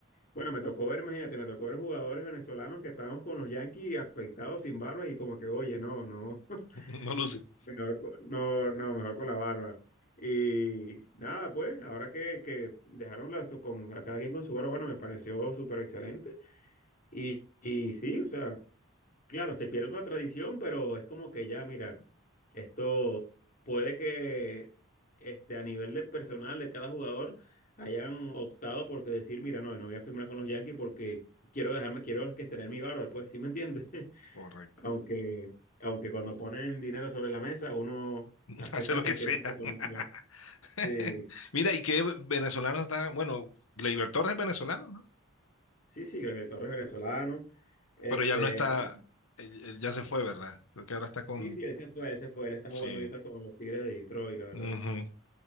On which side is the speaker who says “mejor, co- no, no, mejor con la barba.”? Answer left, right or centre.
Left